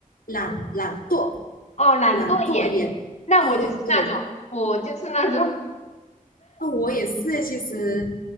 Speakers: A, on the left; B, on the left.
A: 懒懒惰，
B: 哦，懒惰眼，
A: 懒惰眼。
B: 那我就是那种，
A: 对对对，
B: 我就是那种，
A: 那我也是诶，其实